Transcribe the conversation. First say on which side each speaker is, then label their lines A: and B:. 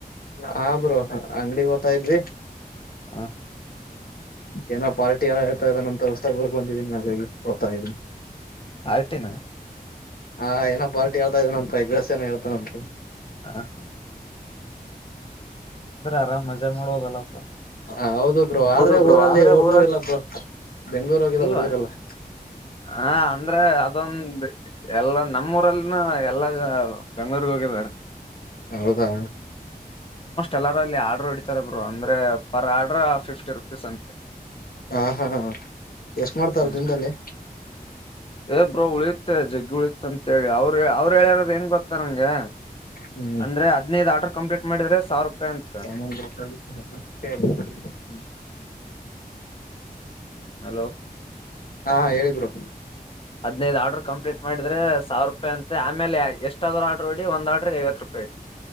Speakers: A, on the left (about 65°); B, on the left (about 35°).
A: ಹಾ ಬ್ರು ಅಂಗಡಿಗಿ ಹೋಗ್ತಾ ಇದ್ವಿ
B: ಹಾ
A: ಏನೋ ಪಾರ್ಟಿ ಏನ ಇತ ಅದನ್ನಂತ ಹೊಸ್ತಾಗಿ ಓರ್ಕೊಂಡಿದೀನಿ ನ ಹೋಗ್ತಾ ಇದ್ದೀನಿ
B: ಪಾರ್ಟಿನ
A: ಹಾ ಏನೋ ಪಾರ್ಟಿ ಹೇಳತಾ ಇದನಂತ್ ಅ ಎಗ್ ರೈಸ್ ಹೇಳ್ತಾನಂತೆ
B: ಹಾ ಹಾ ಆರಾಮ್ ಮಜಾ ಮಾಡೋದಲ್ಲಪ್ಪ
A: ಹ ಹೌದು ಬ್ರೋ ಆದ್ರೆ
B: ಹೌದು ಬ್ರೋ
A: ಊರಲ್ಲಿ
B: ಆದ್ರೆ
A: ಹುಡುಗರಿಲ್ಲ
B: ಊರಲ್ಲಿ
A: ಬ್ರೋ ಬೆಂಗಳೂರು ಹೋಗಿದ
B: ಇಲ್ವಾ
A: ಹುಡುಗರೆಲ್ಲಾ
B: ಹ ಅಂದ್ರೆ ಅದೊಂದು ಎಲ್ಲ ನಮ್ಮೂಊರಲ್ಲಿನ್ ಹ ಎಲ್ಲ ಬೆಂಗಳೂರಗ ಹೋಗಿದಿದ್ದಾರೆ
A: ಹೌದಾ
B: ಎಲ್ಲಾರ ಅಲ್ಲಿ ಆರ್ಡರ್ ಹೊಡಿತಾರೆ ಬ್ರೋ ಅಂದ್ರೆ ಪರ್ ಆಡ್ರ ಫಿಫ್ಟಿ ರುಪೀಸ್ ಅಂತೆ
A: ಹಾ ಹಾ ಎಷ್ಟ ಮಾಡ್ತಾರ
B: ಹ್ಮ್
A: ದಿನದಲ್ಲಿ
B: ಏ ಬ್ರೋ ಉಳಿಯುತ್ತೆ ಜಗ್ಗಿ ಉಳಿತ ಅಂತೇಳಿ ಅವರು ಅವ್ರು ಹೇಳಿರೋದ ಏನ್ ಗೊತ್ತಾ ನಂಗೆ
A: ಹ್ಮ್
B: ಅಂದ್ರೆ ಹದ್ನೈದು ಆರ್ಡರ್ ಕಂಪ್ಲೀಟ್ ಮಾಡಿದ್ರೆ ಸಾವಿರ ರೂಪಾಯಿ ಅಂತ
A: ಸಾಮಾನ್ <unintelligible>
B: ಹಲೋ
A: ಹಾ ಹೇಳಿ ಬ್ರೋ
B: ಹದ್ನೈದು ಆರ್ಡ್ರ ಕಂಪ್ಲೀಟ್ ಮಾಡಿದ್ರೆ ಸಾವಿರ ರೂಪಾಯಿ ಅಂತೆ ಆಮೇಲೆ ಎಷ್ಟ ಎಷ್ಟಾದ ಆರ್ಡ್ರ ಹೊಡಿ ಒಂದ್ ಆರ್ಡ್ರ ಐವತ್ತು ರೂಪಾಯಿ